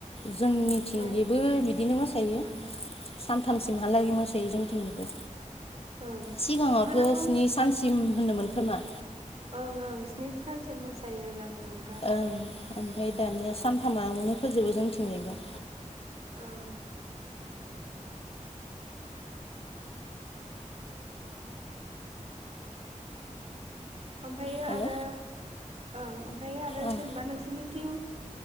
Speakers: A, on the left; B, on the right.
A: जोंनिथिंजिबो
B: ओमफ्राय
A: बिदिनो मोसायो
B: ओं
A: सानथामसिमहालागै मोसायो जोंथिंनिबो
B: ओं
A: सिगांआवथ'
B: गोदोथ' ओं
A: स्नि सानसिम होनोमोन‌ खोमा
B: ओं ओं स्नि सानसिम मोसायो होनना बुङोमोन
A: ओं आमफाय दानिआ सानथामावनो फोजोबो जोंथिंजायबो
B: औ आमफायो
A: हेल'
B: आरो ओं आमफायो आरो
A: ओं
B: जेनोबा नोंसोरनिथिं